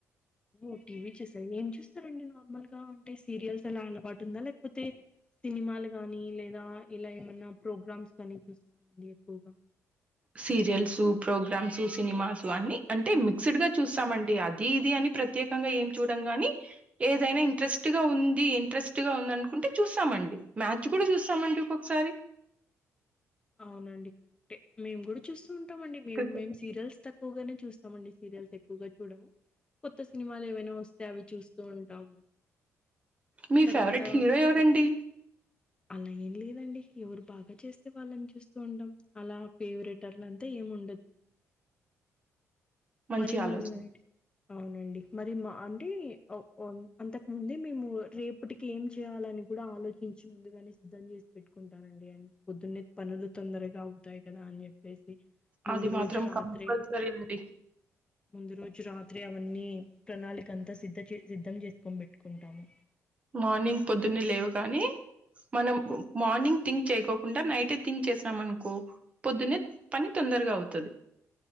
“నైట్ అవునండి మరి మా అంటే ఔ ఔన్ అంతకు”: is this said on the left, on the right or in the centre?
Left